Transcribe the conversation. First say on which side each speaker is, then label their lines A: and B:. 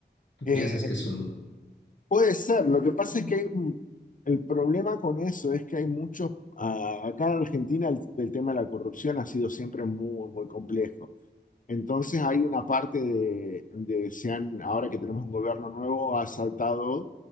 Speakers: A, on the left (about 85°); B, on the left (about 45°).
A: ¿Tú
B: Eh,
A: piensas que eso...
B: puede ser. Lo que pasa es que hay un- el problema con eso es que hay muchos. ah, acá en Argentina el, el tema de la corrupción ha sido siempre muy, muy complejo. Entonces hay una parte de, de se han, ahora que tenemos un gobierno nuevo, ha saltado